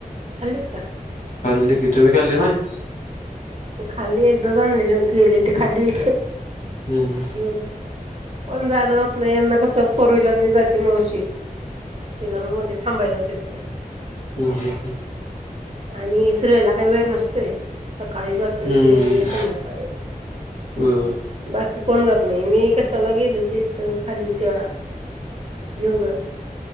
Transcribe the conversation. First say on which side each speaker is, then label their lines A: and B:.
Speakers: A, on the right; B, on the left.
A: खाल्लीस का?
B: खाल्ली की, तुम्ही खल्ली नाय?
A: हो, खाल्ली एकदाज आणलेली होती, दिली ती खाल्ली,
B: हम्म
A: घेऊन नाय पण जाण होत नाही यांना कस फोर व्हीलरनी जाते मावशी, तिला मग मध्ये थांबायलाच येत नाय
B: हम्म हम्म हम्म.
A: आणि श्रेयला काही वेळ नसतोय. सकाळी जाते
B: हम्म
A: ते
B: हम्म
A: संध्याकाळी येते
B: होय
A: आणि कोण जात नाही, मी कशाला गेली ते इथ खाली तेव्हा घेऊन आले,